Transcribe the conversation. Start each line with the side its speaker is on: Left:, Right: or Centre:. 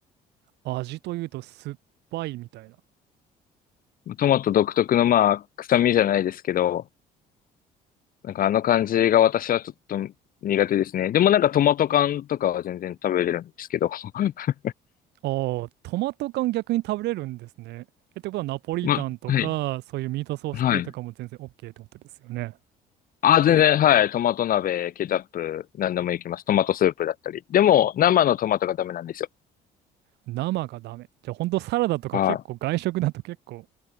Right: 味というと酸っぱいみたいな。
Left: トマト独特のまあ臭みじゃないですけど、なんかあの感じが私はちょっと苦手ですね。でもなんかトマト缶とかは全然食べれるんですけど。<laughs>
Right: ああ、トマト缶逆に食べれるんですね。え、ってことはナポリタンとか、
Left: ま、はい。
Right: そういうミートソース系とかも全然
Left: はい。
Right: OK ってことですよね。
Left: あ、全然、はい。トマト鍋、ケチャップ、何でもいけます。トマトスープだったり。でも、生のトマトがダメなんですよ。
Right: 生がダメ。じゃあ本当サラダとか結構外食だと結構、
Left: はい。